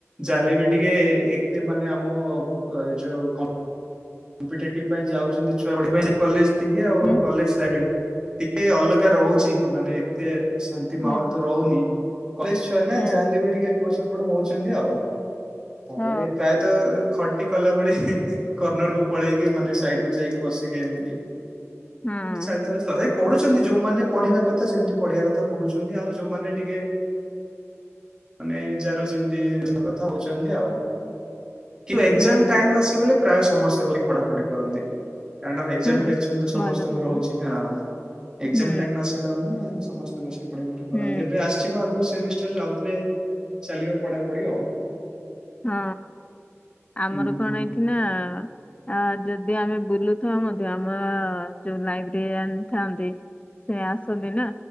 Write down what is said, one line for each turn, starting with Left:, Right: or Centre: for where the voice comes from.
Right: ଚାଲିବି ଟିକେ ଏତେ ମାନେ ଆମ ଏ ଯୋଉ କ କମ୍ପିଟେଟିଭ ପାଇଁ ଯାଉଛନ୍ତି ଛୁଆ ଗୁଡ଼ିକ କଲେଜ ଟିକେ ଆଉ
Left: ହୁଁ
Right: କଲେଜ ଲାଇବ୍ରେରୀ। ଟିକେ ଅଲଗା ରହୁଛି ମାନେ ଏତେ ଶାନ୍ତି
Left: ହୁଁ
Right: ମାହୋଲ ତ ରହୁନି। କଲେଜ ଛୁଆ ନା
Left: ହୁଁ
Right: ଯାହା ହେଲେ ବି ଟିକେ ଏପଟ ସେପଟ ହଉଛନ୍ତି ଆଉ। ତାପରେ
Left: ହଁ
Right: ପ୍ରାୟତଃ ଖଟି କଲା ଭଳି କନର କୁ ପଳେଇକି ମାନେ ସାଇଡ କୁ ଯାଇକି ବସିକି ଏମିତି
Left: ହଁ
Right: ଚାଲିଥାଏ। ତଥାପି ପଢୁଛନ୍ତି ଯୋଉମାନେ ପଢିବା କଥା ଯେମିତି ପଢିବା କଥା ପଢୁଛନ୍ତି। ଆଉ ଯୋଉମାନେ ଟିକେ ମାନେ ଯାହାର ଯେମିତି କଥା ହଉଛନ୍ତି ଆଉ। କି ଏକ୍ସାମ
Left: ହୁଁ।
Right: ଟାଇମ ଆସିଗଲେ ପ୍ରାୟ ସମସ୍ତେ ବହି ପଢାପଢି କରନ୍ତି। କାରଣ ଏକ୍ସାମ
Left: ହୁଁ ହୁଁ
Right: ଟେନସନ ତ ସମସ୍ତଙ୍କୁ
Left: ଭଲ ଭଲ
Right: ରହୁଛି ହଁ ଏକ୍ସାମ
Left: ହୁଁ
Right: ଟାଇମ ଆସିଲା ମାନେ ସମସ୍ତ ବସି ପଢା ପଢିପଢି
Left: ହୁଁ
Right: କରନ୍ତି। ଏବେ ଆସିଯିବ ଆଗକୁ ସେମି ଆଉଥରେ ଚାଲିବ ପଢାପଢି ଆଉ।
Left: ହଁ ଆମର
Right: ହୁଁ
Left: କଣ
Right: ହୁଁ
Left: ଏଇଠି ନା ଆ ଯଦି ଆମେ ବୁଲୁଥାଉ ମଧ୍ୟ ଆମର ଯୋଉ ଲାଇବ୍ରେରିଆନ୍ ଥାଆନ୍ତି ସେ ଆସନ୍ତି ନା